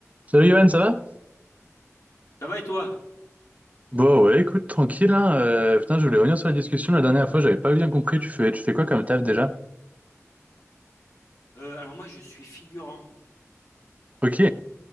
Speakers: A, on the right (about 30°); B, on the left (about 70°).
A: Salut Johan, ça va?
B: Ça va et toi?
A: Bon ouais, écoute, tranquille, hein. euh, putain, je voulais revenir sur la discussion la dernière fois, j'avais pas bien compris, tu fais, tu fais quoi comme taf déjà?
B: Heu, alors moi je suis figurant.
A: Ok,